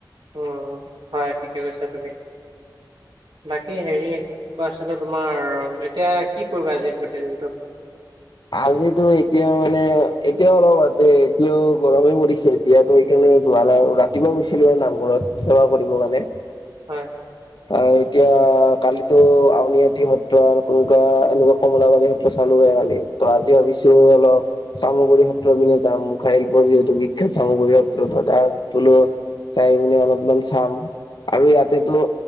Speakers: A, on the right (about 85°); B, on the left (about 70°).
A: উম, হয়, ঠিকে কৈছা তুমি। বাকী হেৰি কৈ আছিলো, তোমাৰ এতিয়া কি কৰিবা আজি গোটেই দিনটো?
B: আজিতো এতিয়া মানে, এতিয়াও অলপ আগতে এতিয়াও গৰমে পৰিছে, এতিয়াতো এই এতিয়া যোৱা নাই, ৰাতিপুৱা গৈছিলোঁ আৰু নামঘৰত সেৱা কৰিব কাৰণে।
A: হয়
B: অ এতিয়া কালিতো আউনীআদি সত্ৰ ন কোনকুৱা এনেকুৱা কমলাবাৰী সত্ৰ চালো যোৱাকালি আজি ভাবিছো হল সামগ্ৰী পত্ৰ বিনে খাইল প যহেতু বিখ্যাত সামগ্ৰী পত্ৰত তাৰ তলো চাই পি অলপমান চাম আৰু ইয়াতেতো